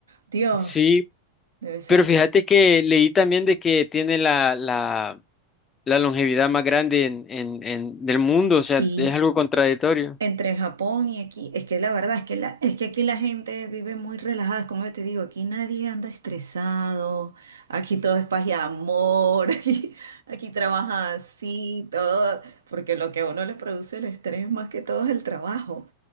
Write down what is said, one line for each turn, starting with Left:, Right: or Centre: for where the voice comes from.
Right: Dios,
Left: Sí,
Right: debe ser
Left: pero
Right: muy...
Left: fíjate que leí también de que tiene la, la, la longevidad más grande en, en, en- del mundo,
Right: Sí,
Left: o sea, es algo contradictorio.
Right: entre Japón y aquí, es que la verdad es que, la, es que aquí la gente vive muy relajada, es como yo te digo, aquí nadie anda estresado, aquí todo es paz y amor, <laughs> aquí, aquí trabaja así, todo, porque lo que a uno le produce el estrés más que todo es el trabajo.